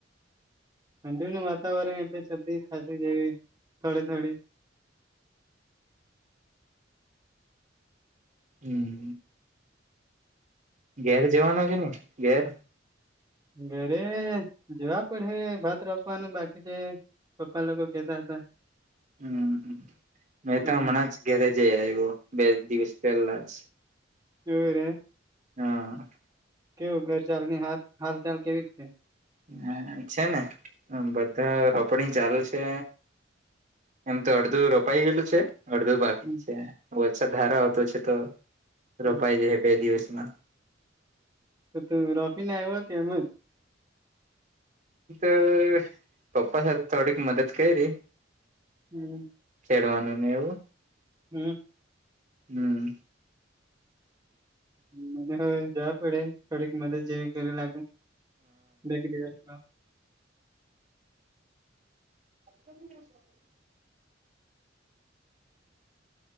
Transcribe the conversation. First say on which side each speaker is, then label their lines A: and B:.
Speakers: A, on the right; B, on the right.
A: ઠંડી નું વાતાવરણ એટલે શરદી ખાસી જેવી થોડી થોડી.
B: હમ ઘેર જવાનો કે નહી ઘેર?
A: ઘરે જવા પડહે ભાત રો પા નુ બાકી જે પપ્પા લોકો કેતા હતા.
B: હમ મેં
A: પણ
B: તો હમણાં જ ઘેરે જેય ઓયવો બે દિવસ પહેલા જ.
A: એવ રે
B: હા
A: કેવું ઘર ચાલની હાથ હાલ ચાલ કેવી છે?
B: હ છે ને બધા રોપડી ચાલુ છે. એમ તો અડધું રોપાઈ ગેલું છે અડધું બા
A: હમ
B: વરસાદ હારો આવતો છે તો
A: હમ
B: રોપાઈ જહે બે દિવસમાં.
A: તો તું રોપીને આવ્યો કે એમ જ
B: એ તો પપ્પા હે થોડીક મદદ કયરી.
A: હમ્મ
B: ખેડવાનું ને એવું.
A: હમ્મ.
B: હમ્મ
A: મને હો જવા પડે થોડીક મદદ જેવી કરી લાગુ. બેક દિવસમાં
B: <inaudible>